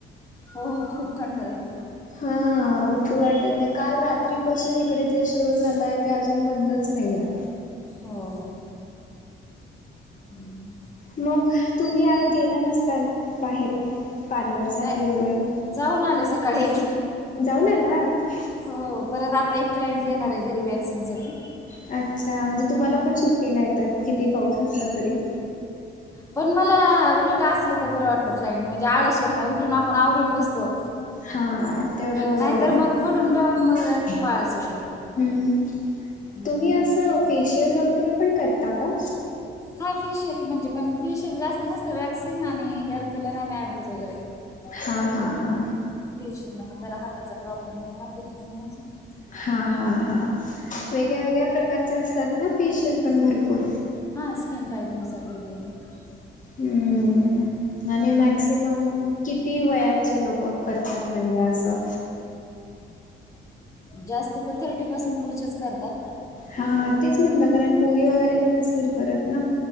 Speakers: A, on the left; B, on the left.
A: हो खूप कंटाळा येतो.
B: हां उठू वाटत नाही, काल रात्री पासून इकडे जे सुरू झालंय ते अजून बंदच नाहीय.
A: हो हो हम्म
B: मग, तुम्ही आज गेला नसताल बाहेर पार्लर साठी
A: नाही
B: वगैरे,
A: जाऊन आले सकाळी एकदा
B: जाऊन आलात?
A: हो परत आता एक क्लायंट येणार हेय घरी वॅक्सिन साठी
B: अच्छा, म्हणजे तुम्हाला पण सुट्टी नाही तर किती पाऊस असला तरी.
A: पण मला उलट असलं तर बरं वाटतं क्लाइंट म्हणजे आळस येत नाही उठून आपण आवरून बसतो
B: हा तेवढं बरोबर
A: नाहीतर
B: हेय
A: मग पडून राहून मग खूप आळस येतो
B: ह्,
A: हम्म.
B: तुम्ही असं फेशियल वगैरे पण करता का?
A: हा फेशियल म्हणजे, पण फेशियल जास्त नसतं वॅक्सिंग आणि हेअर कलर आणि आयब्रोज वगैरे.
B: हा, हा, हा
A: हा फेशियलन पण जरा हाताचा प्रॉब्लेम होतो, हात दुखतोय माझा
B: हा, हा, हा वेगळ्या- वेगळ्या प्रकारच्या असतात ना, फेशियल पण भरपूर,
A: हा, स्ककीन टाइप नुसार वेगळे -वेगळे.
B: हम्म, आणि, मॅक्सिमम किती वयाचे लोक करतात, म्हणजे असं.
A: जास्त तर, थर्टी पासून पुढचेच करतात.
B: हा, तेच म्हणलं, कारण पोरी वगैरे तर नसतील करत ना.